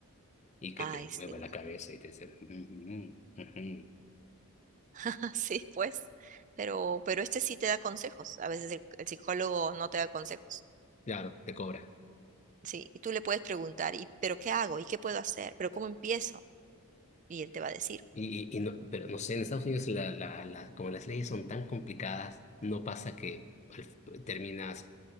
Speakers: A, on the left (about 30°); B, on the right (about 35°).
A: y que
B: Ay,
A: te
B: sí,
A: mueve la cabeza y te dice, "Mm, mm, mm, ujú".
B: <laughs> sí, pues. Pero, pero este sí te da consejos. A veces el, el psicólogo no te da consejos.
A: Claro, te cobra.
B: Sí, y tú le puedes preguntar, ¿y pero qué hago? ¿Y qué puedo hacer? ¿Pero cómo empiezo? Y él te va a decir.
A: Y, y no- pero no sé, en Estados Unidos la, la, la- como las leyes son tan complicadas, no pasa que al f- terminas